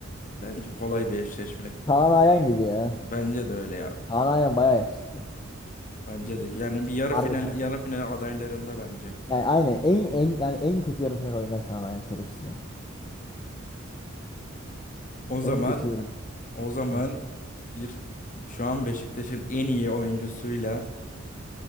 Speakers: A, on the left; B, on the left.
A: E, Bence kolay bir eşleşme
B: Kaan Ayhan gibi ya.
A: Bence de öyle ya.
B: Kaan Ayhan baya yakışıklı.
A: Bence de. Yani bir yarı
B: Harbi
A: final
B: Kaan Ayhan.
A: yarı final adaylarında bence.
B: Yani aynen en, en, yani en kötü yarı final oynar Kaan Ayhan şerefsiz.
A: O zaman
B: En kötü yarı.
A: o zaman
B: Hı.
A: bir şu an Beşiktaş'ın en iyi oyuncusuyla